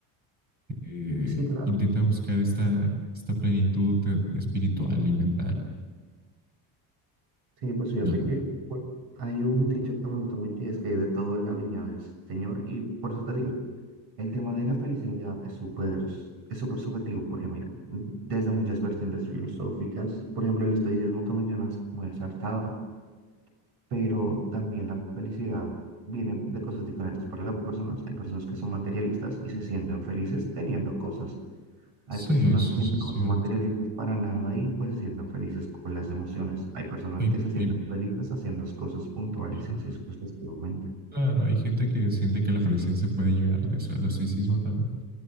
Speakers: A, on the right (about 20°); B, on the right (about 65°).
A: eh,
B: Sí, claro.
A: intenta buscar esta, esta plenitud eh, espiritual y mental.
B: Sí, pues fíjate
A: No.
B: que bueno, hay un dicho que me gusta mucho y es que hay de todo en la viña del Señor y por eso te digo, el tema de la felicidad es súper, es súper subjetivo porque mira, desde muchas vertientes filosóficas, por ejemplo, el estoicismo que mencionas, muy acertado. pero también la felicidad viene de cosas diferentes para las personas. Hay personas que son materialistas y se sienten felices teniendo cosas. Hay
A: Sí,
B: personas
A: sí,
B: que
A: eso
B: no
A: es cierto.
B: son materialistas para nada y pues se sienten felices con las emociones. Hay personas
A: Hay,
B: que se sienten
A: hay-
B: felices haciendo las cosas puntuales
A: ajá,
B: y así sucesivamente.
A: claro, hay gente que siente que la felicidad se puede llegar, de eso, el estoicismo también.